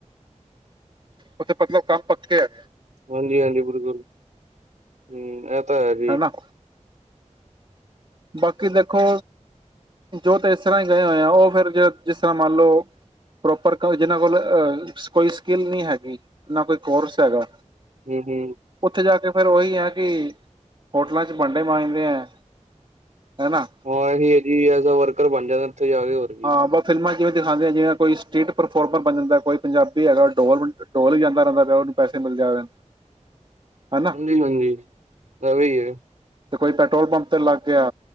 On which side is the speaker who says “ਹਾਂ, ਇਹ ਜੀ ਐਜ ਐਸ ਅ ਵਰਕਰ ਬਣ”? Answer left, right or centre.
Right